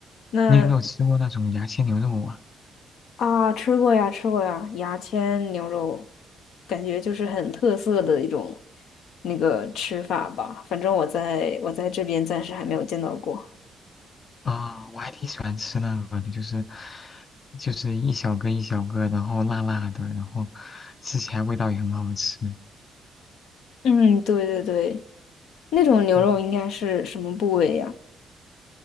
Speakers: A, on the left; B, on the left.
A: 那
B: 你有没有吃过那种牙签牛肉啊？
A: 啊，吃过呀，吃过呀，牙签牛肉，感觉就是很特色的一种那个吃法吧。反正我在我在这边暂时还没有见到过。
B: 啊，我还挺喜欢吃那个的，就是就是一小个一小个，然后辣辣的，然后吃起来味道也很好吃。
A: 嗯，对对对，那种牛肉应该是什么部位呀？
B: 嗯，